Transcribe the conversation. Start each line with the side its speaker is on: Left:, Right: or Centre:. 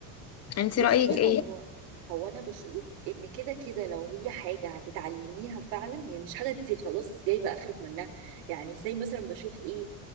Left: انت رأيك
Right: بصي
Left: ايه
Right: هو هو انا بشوف ان كده كده لو هي حاجه هتتعلميها فعلا هي مش حاجه انت خلاص جايبه اخرك منها يعني زي مثلا بشوف ايه